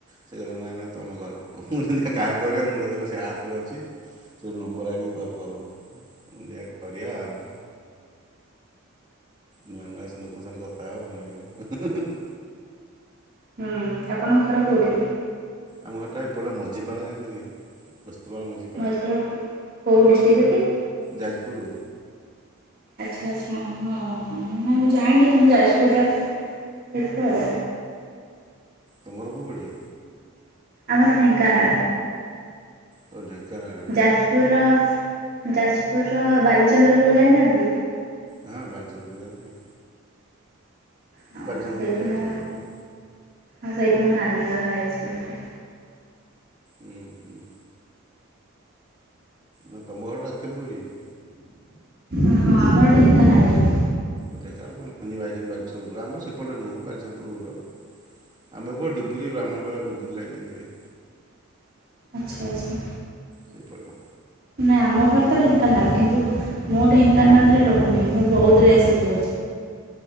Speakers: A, on the right (about 20°); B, on the right (about 45°).
A: ସେ କହିଲା ନାଇଁ ନାଇଁ ତମେ କର ମୁଁ ଯେମିତି କାହାକୁ କରିବା ମୁଁ ଯେତେବେଲେ ସେ ଆପ୍ ରେ ଅଛି। ସେ ନମ୍ବର ଆଣିକି କଲ କର ମୁଁ ଦେଖିଆ କରିବା ଆଉ। ନୂଆ ନୂଆ ସ ଲୋକଙ୍କ ସାଙ୍ଗ ରେ କଥା ହବ ଭଲ ନାଗିବ।
B: ହୁଁ ଆପଣଙ୍କ ଘର କୋଉଠି?
A: ଆମ ଘରଟା ଏପଟେ ମଝିପାଳ ଯଣିଛନ୍ତି। ବସ୍ତୁମାନ ମଝି ପାଳ।
B: ମଝିପାଳ କେଉଁ ଡିଷ୍ଟ୍ରିକ୍ଟରେ କି?
A: ଯାଜପୁର।
B: ଆଚ୍ଛା ଆଚ୍ଛା ହଁ ନାଇଁ ମୁଁ ଜାଣିନି କିନ୍ତୁ ଯାଜପୁରର ହେଥିବ ଆଉ।
A: ତୁମ ଘର କୌଆଡେ।
B: ଆମର ଢେଙ୍କାନାଳ।
A: ଓ ଢେଙ୍କାନାଳେ।
B: ଯାଜପୁରର ଯାଜପୁରର ବାଲିଚନ୍ଦ୍ରପୁର ଯାଇଣିଛନ୍ତି।
A: ହଁ ବାଲିଚନ୍ଦ୍ରପୁରୁ ଜାଣିନି।
B: ହଁ
A: ମୁଁ ବାଲିଚନ୍ଦ୍ରପୁର
B: ସେଇଠି
A: ଯାଇଛିିବହୁତ୍
B: ମୋ
A: ଥର।
B: ହଁ ସେଇଠି ମୋ ନାନୀ ବାହା ହେଇଛି ଗୋଟେ।
A: ଉଁ ହୁଁ। ନା ତମ ଘର ଟା ଆକଚୁଆଲି କୋଉଠି କି?
B: ଓହଁ ଆମର ଢେଙ୍କାନାଳ ରେ।
A: ଆମର ଭାଇ <unintelligible> ବାଲିଚନ୍ଦପୁର ଆମର ସେପଟେ ନୁହଁ ବାଲଚନ୍ଦପୁର ଗଲଲ। ଆମେ ଏପଟେ ଡ଼ୁବୁରୀ ବ୍ରା୍ମଣୀପାଳ ଡୁବୁରି ଲାଇନ ଏମିତି ହୁଏ।
B: ଆଚ୍ଛା ଆଚ୍ଛା।
A: ସେଇପଟ।
B: ନାଇଁ ଆମ ଘର ତ ଢେଙ୍କାନାଳ କିନ୍ତୁ ମୁଁ ଢେଙ୍କାନାଳ ରେ ରହୁନି ମୁଁ ବହୁଦରେ ଆସିକି ରହୁଛି।